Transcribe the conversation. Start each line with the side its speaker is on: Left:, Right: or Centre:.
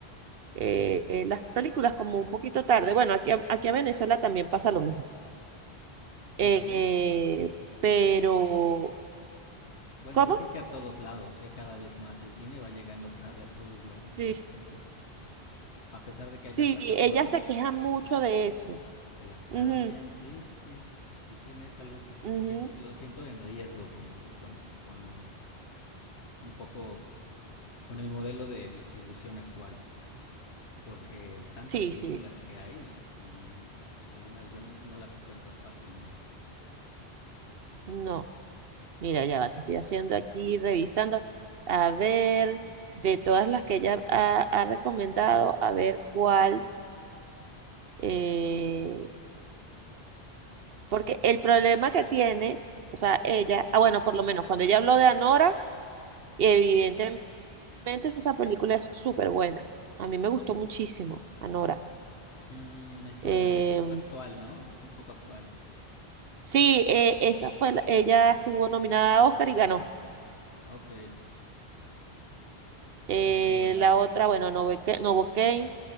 Right: eh, eh, las películas como un poquito tarde. Bueno, aquí a, aquí a Venezuela también pasa lo mismo. Eh,
Left: Ok.
Right: pero,
Left: Bueno,
Right: ¿cómo?
Left: yo creo que a todos lados, ¿eh? Cada vez más el cine va llegando tarde a todos lados
Right: Sí,
Left: de repente. A pesar de que
Right: sí,
Left: haya plataformas,
Right: ella se queja mucho de eso.
Left: te las cambian.
Right: Ujú,
Left: Sí, sí, sí. El cine es algo que
Right: ujú.
Left: siento, lo siento en riesgo, como eh, con, con un poco con el modelo de distribución actual. porque tantas
Right: Sí,
Left: películas
Right: sí,
Left: que hay y, y algunas yo n- no las encuentras fácilmente.
Right: no. Mira, ya va, que estoy haciendo aquí, revisando. A ver, de todas las que ella ha ha recomendado, a ver cuál. Eh, porque el problema que tiene, o sea, ella, ah, bueno, por lo menos cuando ella habló de Anora, evidentemente esa película es súper buena. A mí me gustó muchísimo, Anora.
Left: Mm, me suena,
Right: Eh,
Left: es actual, ¿no? Es un poco actual.
Right: sí, eh, esa fue, la- ella estuvo nominada a Oscar y ganó.
Left: Ok,
Right: Eh,
Left: mira que no la
Right: la
Left: vi.
Right: otra, bueno, Novocaine, Novocaine,